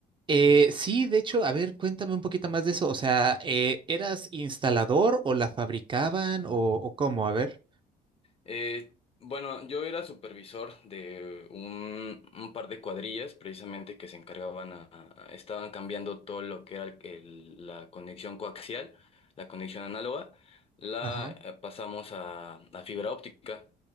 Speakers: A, on the right; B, on the left.
A: Eh, sí, de hecho, a ver, cuéntame un poquito más de eso. O sea, eh, ¿eras instalador o la fabricaban o, o cómo? A ver.
B: Eh, bueno, yo era supervisor de un, un par de cuadrillas precisamente que se encargaban a, a- estaban cambiando todo lo que era el- el- la conexión coaxial, la conexión análoga, la
A: Ajá.
B: eh, pasamos a, a fibra óptica.